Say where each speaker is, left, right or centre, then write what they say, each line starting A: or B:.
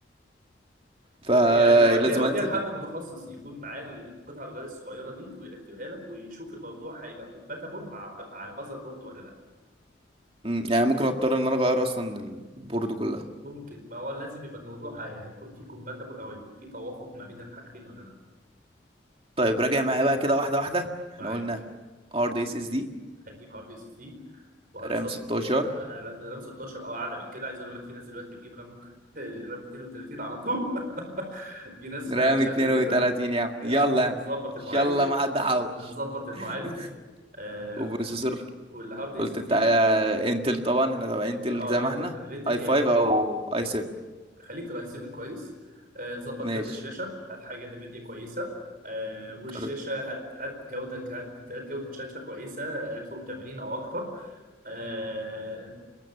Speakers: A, on the right; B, on the right.
A: فلازم
B: يعني وديها وديها
A: انزل
B: لحد متخصص يكون معاه القطعة الغيار الصغيرة دي ويركبها لك ويشوف الموضوع هيبقى كومباتبل مع مع المذر بورد ولا لا
A: مم، يعني ممكن اضطر ان انا اغير اصلا البورد كلها
B: ممكن ما هو لازم يبقى الموضوع هي- هيكون فيه كومباتبل أو هيكون فيه توافق ما بين الحاجتين ولا لا
A: طيب راجع معايا بقى كده واحده واحده احنا
B: معاك
A: قلنا هارد اس اس دي
B: هتجيب هارد اس اس دي وهتظبط
A: رام 16
B: آه، رام رام 16 او اعلى من كده عايز اقول لك في ناس دلوقتي بتجيب رام <laughs> رام 32 على طول <laughs> في ناس
A: رام
B: عايشه على كده
A: 32 يا عم
B: يا
A: يلا
B: عم
A: يا عم
B: نظبط المعالج
A: يلا ما حد حوش
B: نظبط المعالج
A: <laughs>
B: آه
A: وبروسيسور
B: والهارد اس
A: قلت
B: اس
A: بتاع
B: دي
A: انتل طبعا احنا تبع
B: انت
A: انتل
B: اه
A: زي
B: الانت
A: ما احنا
B: الانت الجامد
A: اي 5 او اي 7
B: خليك الاي 7 كويس آه، ظبط
A: ماشي
B: كارت الشاشه هات حاجه نفيديا كويسه آه والشاشه
A: كارت
B: هات هات جوده هات هات جوده شاشه كويسه 1080 او اكتر آه،